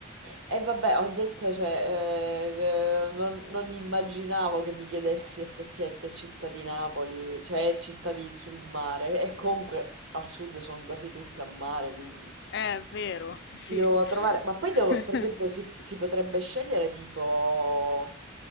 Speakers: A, on the right; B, on the left.
A: E vabbè, ho detto, cioè, eh, eh, non, non immaginavo che mi chiedessi effettivamente città di Napoli, cioè città di- sul mare,
B: Eh,
A: e comunque al sud sono quasi tutte a mare, quindi
B: È vero, sì.
A: ci devo trovare, ma poi devo,
B: <laughs>
A: per esempio, si, si potrebbe scegliere tipo,